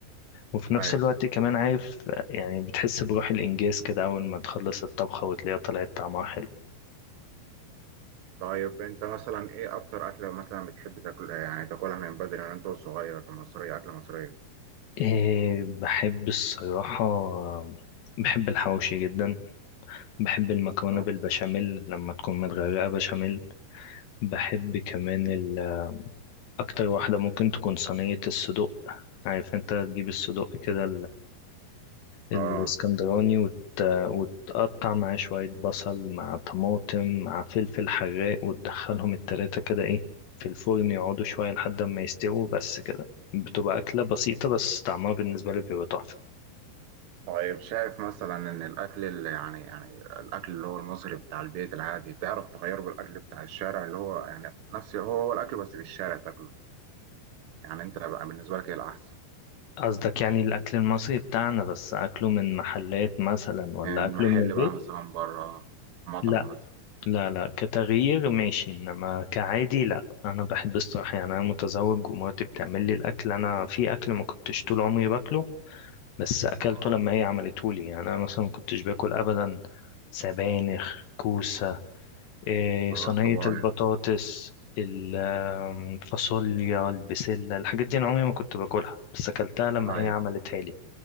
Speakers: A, on the left; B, on the right.
A: وفي نفس
B: ايوه
A: الوقت كمان عارف يعني بتحس بروح الإنجاز كده أول ما تخلص الطبخة وتلاقيها طلعت طعمها حلو
B: طيب انت مثلا ايه اكتر اكله مثلا بتحب تاكل يعني تاكلها من بدري من انت وصغير مصريه اكله مصريه
A: إيه بحب الصراحة بحب الحواوشي جدا بحب المكرونة
B: أو-
A: بالبشاميل لما تكون متغرقة بشاميل بحب كمان ال- أكتر واحدة ممكن تكون صينية الصدوق عارف أنت تجيب الصدوق كده الاسكندراني
B: اه
A: وت... وتقطع معاه شوية بصل مع طماطم مع فلفل حراق وتدخلهم التلاتة كده ايه في الفرن يقعدوا شوية لحد ما يستووا بس كده بتبقى أكلة بسيطة بس طعمها بالنسبة لي بيبقى تحفة
B: طيب شايف مثلا ان الاكل اللي يعني يعني الاكل اللي هو المصري بتاع البيت العادي تعرف تغيره بالاكل بتاع الشارع اللي هو يعني نفس هو هو الاكل بس في الشارع تاكله يعني انت بقى بالنسبه لك ايه الاحسن
A: قصدك يعني الأكل المصري بتاعنا بس أكله من محلات مثلا ولا
B: من
A: أكله
B: محل
A: من البيت؟
B: بقى مثلا بره مطعم
A: لا
B: مثلا
A: لا لا كتغيير ماشي إنما كعادي لا أنا بحب الصراحة يعني أنا متزوج ومراتي بتعمل لي الأكل أنا في أكل ما كنتش طول عمري باكله بس اكلته
B: اه
A: لما هي عملته لي يعني انا مثلا ما كنتش باكل ابدا سبانخ كوسه إيه
B: اه
A: صينيه
B: الطبايخ
A: البطاطس الفاصوليا البسله الحاجات دي انا عمري ما كنت باكلها بس اكلتها لما
B: ايوه
A: هي عملتها لي